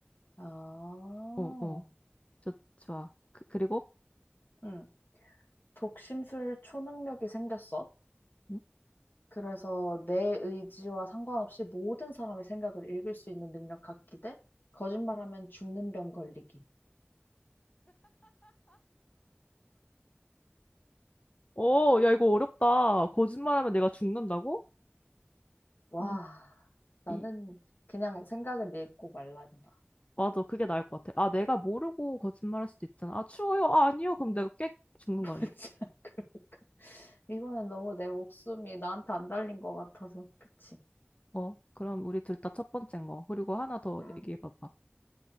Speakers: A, on the left; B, on the left.
A: 아,
B: 어, 어. 좋, 좋아. 그, 그리고?
A: 응. 독심술 초능력이 생겼어.
B: 응?
A: 그래서 내 의지와 상관없이 모든 사람의 생각을 읽을 수 있는 능력 갖기 대 거짓말하면 죽는 병 걸리기.
B: 어, 야, 이거 어렵다. 거짓말하면 내가 죽는다고?
A: 와,
B: 어,
A: 나는
B: 이,
A: 그냥 생각을 읽고 말란다.
B: 맞아. 그게 나을 것 같아. 아, 내가 모르고 거짓말할 수도 있잖아. 아, 추워요? 아, 아니요. 그럼 내가 꽥 죽는
A: <laughs>
B: 거 아니야?
A: 진짜 그럴까 이거는 너무 내 목숨이 나한테 안 달린 것 같아서 그치?
B: 어, 그럼 우리 둘 다 첫 번째인 거. 그리고 하나 더
A: 음.
B: 얘기해봐봐.